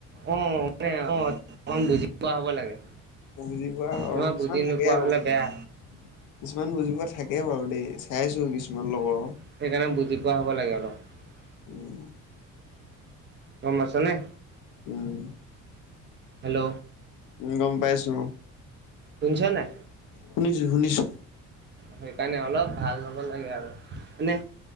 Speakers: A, on the right; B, on the left.
A: অ', মানে অলপ বুজি পোৱা হ'ব লাগে।
B: বুজি পোৱা
A: নহয়
B: কিছুমান
A: বুজি
B: থাকে
A: নোপোৱা
B: আকৌ
A: হলে
B: বুজি
A: বেয়া
B: পোৱা। কিছুমান বুজি পোৱা থাকে বাৰু দেই, চাইছো কিছুমান লগৰৰ।
A: সেইকাৰণে বুজি পোৱা <unintelligible>
B: উম,
A: দম আছে নে?
B: উম,
A: হেল্ল'।
B: উম, গ'ম পাইছো
A: শুনিছ নাই
B: শুনিছো, শুনিছো।
A: সেইকাৰণে অলপ ভাল হ'ব লাগে আৰু মানে